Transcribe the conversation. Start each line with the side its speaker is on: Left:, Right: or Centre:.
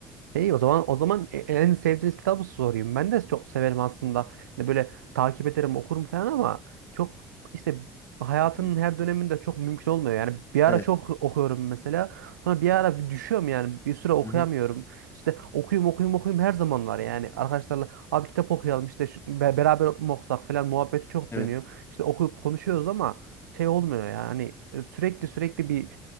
Right: İyi o zaman o zaman e- en sevdiğiniz kitabı sorayım. Ben de çok severim aslında. Hani böyle takip ederim, okurum falan ama çok işte hayatının
Left: İyi.
Right: her döneminde çok mümkün olmuyor. Yani bir ara
Left: Evet.
Right: çok okuyorum mesela. Sonra bir ara bir düşüyorum yani. Bir süre okuyamıyorum.
Left: Hı-hı.
Right: İşte okuyayım okuyayım okuyayım her zaman var yani. Arkadaşlarla abi kitap okuyalım işte şu- be- beraber mi okusak falan muhabbeti çok
Left: Evet.
Right: dönüyor. İşte okuyup konuşuyoruz ama şey olmuyor yani. Sürekli sürekli bir